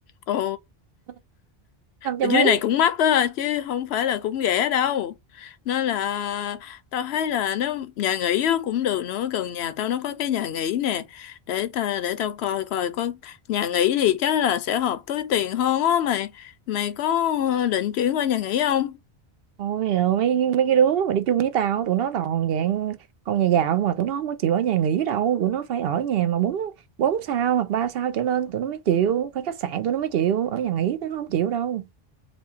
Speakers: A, on the left (about 85°); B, on the right (about 70°).
A: Ồ.
B: <laughs> năm trăm
A: Ở
B: mấy.
A: dưới này cũng mắc á chứ không phải là cũng rẻ đâu nên là tao thấy là nếu nhà nghỉ á, cũng được nữa gần nhà tao nó có cái nhà nghỉ nè để ta để tao coi coi có nhà nghỉ thì chắc là sẽ hợp túi tiền hơn á mày mày có định chuyển qua nhà nghỉ không
B: Ôi giời, mấy mấy cái đứa mà đi chung với tao tụi nó toàn dạng con nhà giàu mà tụi nó không có chịu ở nhà nghỉ đâu, tụi nó phải ở nhà mà bốn bốn sao hoặc ba sao trở lên tụi nó mới chịu, phải khách sạn tụi nó mới chịu, ở nhà nghỉ tụi nó không chịu đâu.